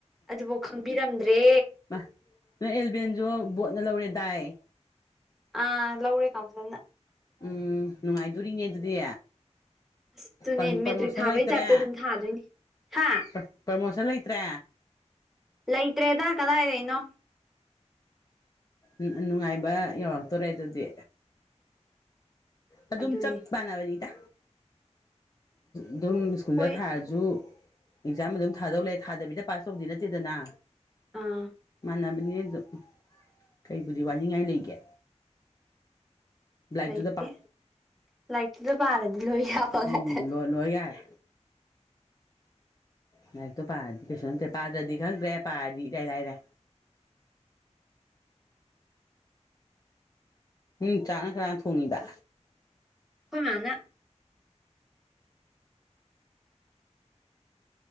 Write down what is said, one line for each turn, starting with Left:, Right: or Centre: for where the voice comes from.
Centre: ꯑꯗꯨꯐꯥꯎ ꯈꯪꯕꯤꯔꯝꯗ꯭ꯔꯦ
Left: ꯃꯥ ꯅꯣꯏ ꯏꯂꯚꯦꯟꯁꯨ ꯕꯣꯠꯅ ꯂꯧꯔꯦ ꯍꯥꯏꯗꯥꯏ
Centre: ꯑ ꯂꯧꯔ‌ꯦ ꯀꯥꯥꯎꯟꯁꯤꯜ ꯅ
Left: ꯎꯝ ꯅꯨꯡꯉꯥꯏꯗꯨꯔꯤꯅꯦ ꯑꯗꯨꯗꯤ
Centre: ꯑꯁ ꯑꯗꯨꯅꯦ
Left: ꯄ꯭ꯔ ꯄ꯭ꯔꯃꯣꯁꯟ
Centre: ꯃꯦꯇ꯭ꯔꯤꯛ ꯊꯥꯕꯩ
Left: ꯂꯩꯇ꯭ꯔꯦ
Centre: ꯇꯥꯏꯞꯇ ꯑꯗꯨꯝ ꯊꯥꯗꯣꯏꯅꯤ ꯍꯥ
Left: ꯄ꯭ꯔ ꯄ꯭ꯔꯃꯣꯁꯟ ꯂꯩꯇ꯭ꯔꯦ
Centre: ꯂꯩꯇ꯭ꯔꯦꯗ ꯀꯗꯥꯏꯗꯩꯅꯣ
Left: ꯎꯝ ꯅꯨꯡꯉꯥꯏꯕ ꯌꯧꯔꯛꯇꯣꯔꯦ ꯑꯗꯨꯗꯤ ꯑꯗꯨꯝ
Centre: ꯑꯗꯨꯅꯦ
Left: ꯆꯞ ꯃꯥꯟꯅꯕꯅꯤꯗ ꯑꯗꯨꯝ ꯁ꯭ꯀꯨꯜꯗ
Centre: ꯍꯣꯏ
Left: ꯊꯥꯔꯁꯨ ꯖꯨꯨ ꯑꯦꯛꯖꯥꯝ ꯑꯗꯨꯝ ꯊꯥꯗꯧ ꯂꯩ ꯊꯥꯗꯕꯤꯗ ꯄꯥꯁ ꯇꯧꯕꯗꯤ ꯅꯠꯇꯦꯗꯅ
Centre: ꯑꯥ
Left: ꯃꯥꯟꯅꯕꯅꯤ ꯑꯗꯨꯝ ꯀꯩꯕꯨꯗꯤ ꯋꯥꯅꯤꯡꯉꯥꯏ ꯂꯩꯒꯦ ꯂꯥꯏꯔꯤꯛꯇꯨꯗ
Centre: ꯂꯩꯥꯇꯦ
Left: ꯄꯥꯎ
Centre: ꯂꯥꯏꯔꯤꯛꯇꯨꯗ ꯄꯥꯔꯗꯤ ꯂꯣꯏ ꯉꯥꯛꯇꯅꯦ
Left: ꯎꯝ ꯂꯣꯏ ꯂꯣꯏ ꯌꯥꯔꯦ ꯂꯥꯏꯔꯤꯛꯇꯣ ꯄꯥꯔꯗꯤ ꯀꯩꯁꯨ ꯅꯠꯇꯦ ꯄꯥꯗ꯭ꯔꯗꯤ ꯈꯪꯗ꯭ꯔꯦ ꯄꯥꯔꯗꯤ ꯏꯔꯥꯏ ꯂꯥꯏꯔꯦ ꯅ‌ꯣꯏ ꯆꯥꯛꯅ ꯀꯅꯥꯅ ꯊꯣꯡꯉꯤꯕ
Centre: ꯈꯣꯏ ꯃꯥꯅ